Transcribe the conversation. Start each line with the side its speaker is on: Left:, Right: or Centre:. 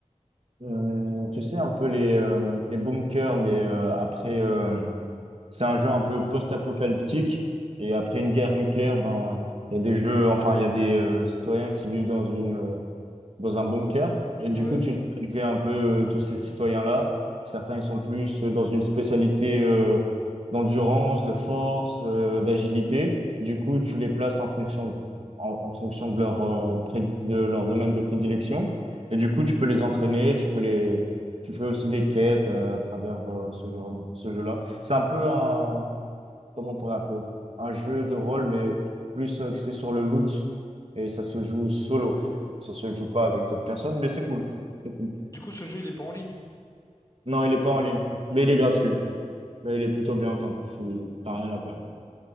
Right: Hum, tu sais, un peu les, euh, les bunkers, mais euh, après, euh, c'est un jeu un peu post-apocalyptique. Et après une guerre nucléaire, ben, il y a des jeux, enfin, il y a des euh, citoyens qui vivent dans une, euh, dans un bunker. Et du
Left: Ouais.
Right: coup, tu dois élever un peu euh, tous ces citoyens-là. Certains, ils sont plus euh, dans une spécialité euh, d'endurance, de force, euh, d'agilité. Du coup, tu les places en fonction de, en, en fonction de leur, euh, prédi- de leur domaine de prédilection. Et du coup, tu peux les entraîner, tu peux les, tu fais aussi des quêtes euh, à travers euh, ce jeu, ce jeu-là. C'est un peu un, comment on pourrait appeler? Un jeu de rôle, mais plus euh, axé sur le loot. Et ça se joue solo. Ça se joue pas avec d'autres personnes, mais c'est cool. C'est cool.
Left: Du coup, ce jeu il est pas en ligne.
Right: Non, il est pas en ligne, mais il est gratuit. Mais il est plutôt bien quand tu t'as rien à perdre.